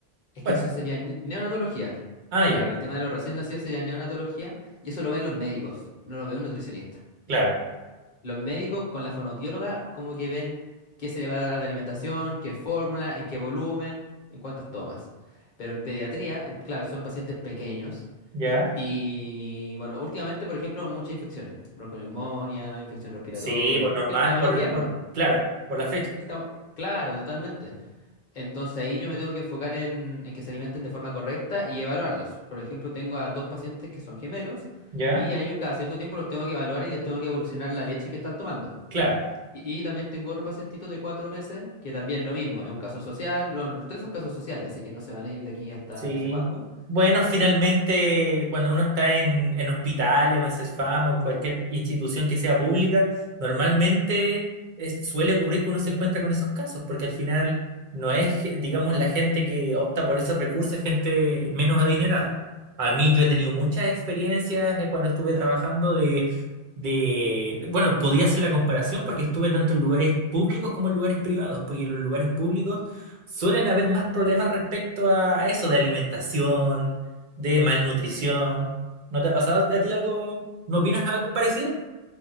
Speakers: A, on the left; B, on the right.
A: es
B: Cuéntame.
A: que eso sería ne- neonatología.
B: Ah,
A: Claro,
B: ya,
A: el tema de los recién nacidos sería neonatología y eso lo ven los médicos, no lo ve un nutricionista.
B: claro.
A: Los médicos con la fonoaudióloga como que ven qué se le va a dar de alimentación, qué fórmula, en qué volumen, en cuántas tomas. Pero en pediatría, eh, claro, son pacientes pequeños
B: ¿Ya?
A: Y bueno, últimamente, por ejemplo, muchas infecciones, bronconeumonía, infección respiratoria,
B: Sí, por
A: porque
B: normal,
A: estamos
B: por,
A: en invierno,
B: por, claro, por la fecha.
A: porque estamos, claro, totalmente. Entonces ahí yo me tengo que enfocar en, en que se alimenten de forma correcta y evaluarlos. Por ejemplo, tengo a dos pacientes que son gemelos
B: ¿Ya?
A: y a ellos cada cierto tiempo los tengo que evaluar y les tengo que evolucionar la leche que están tomando.
B: Claro.
A: Y, y también tengo otro pacientito de cuatro meses que también lo mismo, es un caso social, bueno, los tres son casos sociales, así que no se van a ir de aquí hasta
B: Sí.
A: no sé cuándo.
B: Bueno, finalmente, cuando uno está en, en hospitales o en CESFAM o en cualquier institución que sea pública, normalmente es- suele ocurrir que uno se encuentra con esos casos, porque al final no es, que- digamos, la gente que opta por esos recursos, es gente menos adinerada. A mí yo he tenido muchas experiencias eh, cuando estuve trabajando de, de, bueno, podía hacer la comparación porque estuve tanto en lugares públicos como en lugares privados, porque en los lugares públicos Suelen haber más problemas respecto a, a eso, de alimentación, de malnutrición. ¿No te ha pasado a ti algo? ¿No opinas algo parecido?